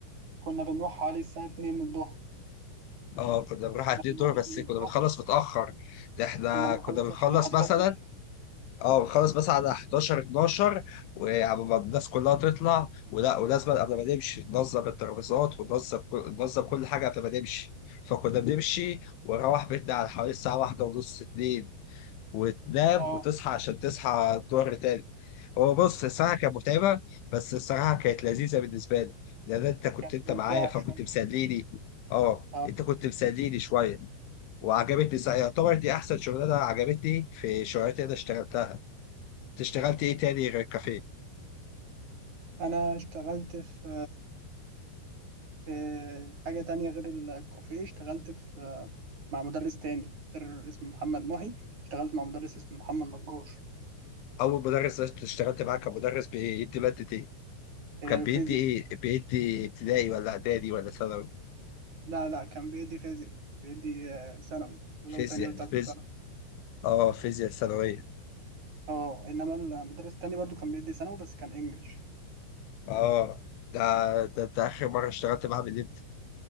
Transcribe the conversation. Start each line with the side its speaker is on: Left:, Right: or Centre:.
Right: كنا بنروح حوالي الساعة 2 الظهر
Left: اه كنا بنروح على
Right: كنا
Left: 2
Right: بنروح
Left: دور بس
Right: 2
Left: كنا
Right: الظهر
Left: بنخلص متأخر ده احنا
Right: كنا بنخلص
Left: كنا بنخلص
Right: عشان الحديقة
Left: مثلا
Right: بتقفل
Left: اه بخلص بس على 11 12 وقبل ما الناس كلها تطلع ولا ولازم قبل ما نمشي ننظم الترابيزات وننظم كل- ننظم كل حاجه قبل ما نمشي فكنا بنمشي ونروح بيتنا على حوالي الساعه واحدة ونص اتنين وتنام
Right: اه
Left: وتصحى عشان تصحى الظهر تاني هو بص الصراحه كانت متعبه بس الصراحه كانت لذيذه بالنسبه لي لان انت كنت
Right: كانت
Left: انت
Right: ممتعة
Left: معايا فكنت
Right: شوية
Left: مسليني اه
Right: اه
Left: انت كنت مسليني شويه وعجبتني يعتبر دي احسن شغلانه عجبتني في شغلاتي اللي انا اشتغلتها اشتغلت ايه تاني غير الكافيه
Right: أنا اشتغلت في آه، حاجة تانية غير الكافيه اشتغلت في آه، مع مدرس تاني غير اسمه محمد محي اشتغلت مع مدرس اسمه محمد نجار
Left: اول مدرس اشتغلت معاه كان مدرس بيدي ماده ايه
Right: آه،
Left: كان بيدي
Right: فيزياء
Left: ايه بيدي ابتدائي ولا اعدادي ولا ثانوي
Right: لا لا كان بيدي فيزياء بيدي آه، ثانوي ولو
Left: فيزياء
Right: تانية وتالتة
Left: فيزياء
Right: ثانوي
Left: اه فيزياء ثانويه
Right: اه انما المدرس التاني برضو كان بيدي ثانوي بس كان انجلش
Left: اه ده, ده ده اخر مره اشتغلت معاه من امتى